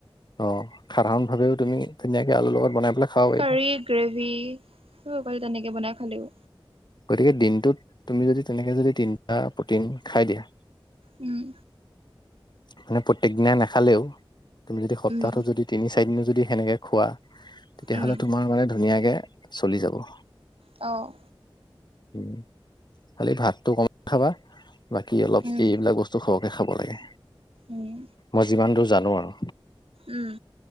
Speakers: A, on the left; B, on the right.
A: অ সাধাৰণ ভাৱেও তুমি ধুনীয়াকে আলুৰ লগত বনাই পেলাই খাও পাৰিবা।
B: কাৰী গ্ৰেভি উ বাৰু তেনেকে বনাই খালেও।
A: গতিকে দিনটোত তুমি যদি তেনেকৈ যদি তিনিটা প্ৰটিন খাই দিয়া।
B: উম।
A: মানে প্ৰত্যেক দিনা নাখালেও, তুমি যদি সপ্তাহটো
B: উম
A: যদি তিনি চাৰিদিনো যদি সেনেকে খোৱা তেতিয়াহ'লে
B: উম
A: তোমাৰ মানে ধুনীয়াকে চলি যাব।
B: অঁ।
A: উম খালি ভাতটো কমাই খাবা, বাকী অলপ
B: উম
A: এইবিলাক বস তু সৰহকে খাব লাগে।
B: উম
A: মই যিমান দূৰ জানো আৰু
B: উম